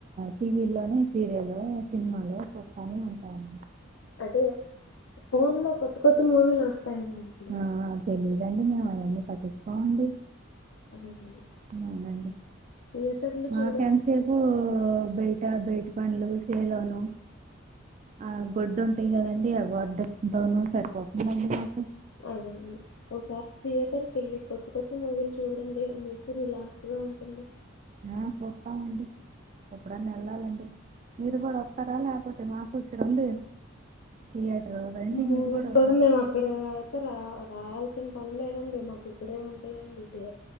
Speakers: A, on the right (about 35°); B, on the left (about 80°).
A: టీవీ లోనే సీరియల్ సినిమాలు చుత్తనే ఉంట మండి
B: అదే ఫోన్ లో కొత్త కొత్త మూవీలు వస్తాయండి ఇప్పుడు
A: ఆ, తెలీదండి మేము అవన్నీ పట్టించుకోమండి
B: అదేనండి
A: అవునండి
B: థియేటర్లు
A: మాకు
B: చూడండి
A: ఎంతసేపు బయ బయట పన్లు సేలోను ఆ గొడ్డు ఉంటాయి కదండి గోడ్లతోనూ సరిపోతుందండి మాకు
B: అవునండి ఒకసారి థియేటర్ కి వెళ్ళి కొత్త కొత్త మూవీలు చూడండి మీకు రిలాక్స్ గా ఉంటుంది
A: ఆ పోతాం అండి ఎప్పుడన్నా వెళ్ళాలండి మీరు కూడా వస్తారా లేకపోతే మాకు ఇక్కడ <inaudible> థియేటర్ రండి
B: మూవీస్
A: మీరు కూడా ఒకసారి
B: కోసం మేము అక్కడ అతే రా రావల్సి పనిలేదండి మాకు ఇక్కాడే ఉంటాయియండి థియే